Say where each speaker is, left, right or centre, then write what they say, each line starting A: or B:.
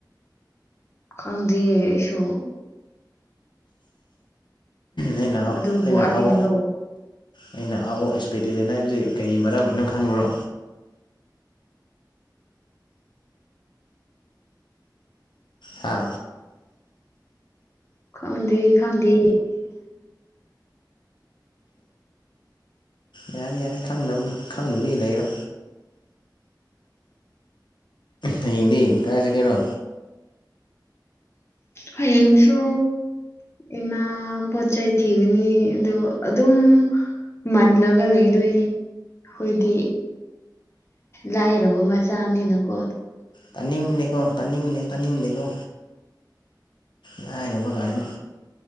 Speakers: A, on the left; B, on the left.
A: ꯈꯪꯗꯦ ꯑꯩꯁꯨ
B: ꯑꯩꯅ
A: ꯑꯗꯨꯕꯨ
B: ꯑꯩꯅ
A: ꯑꯩꯅꯔꯣ
B: ꯑꯎ ꯑꯩꯅ ꯑꯥꯎ ꯑꯦꯛꯁꯄꯦꯛꯇꯦꯁꯟ ꯍꯥꯏꯕꯁꯤ ꯀꯔꯤ ꯃꯔꯝꯒꯤꯅꯣ ꯈꯪꯕ꯭ꯔꯣ ꯍꯥ
A: ꯈꯪꯗꯦ ꯈꯪꯗꯦ
B: ꯌꯥꯅꯤ ꯌꯥꯅꯤ ꯈꯪꯗꯅ ꯈꯪꯗꯕꯤ ꯂꯩꯔꯣ ꯍꯌꯦꯡꯗꯤ ꯀꯗꯥꯥꯏ ꯆꯠꯀꯦꯔꯣ
A: ꯍꯌꯦꯡꯁꯨ ꯏꯃ ꯄꯣꯠꯆꯩ ꯊꯤꯒꯅꯤ ꯑꯗꯨ ꯑꯗꯨꯝ ꯃꯜꯂꯒ ꯂꯩꯗꯣꯏꯅꯤ ꯑꯩꯈꯣꯏꯗꯤ ꯂꯥꯏꯔꯕ ꯃꯆꯅꯤꯅ ꯀꯣ
B: ꯇꯥꯅꯤꯡꯂꯦꯀꯣ ꯇꯥꯅꯤꯡꯂꯦ ꯇꯥꯅꯤꯡꯂꯦꯀꯣ ꯂꯥꯏꯔꯕ ꯀꯥꯏꯅ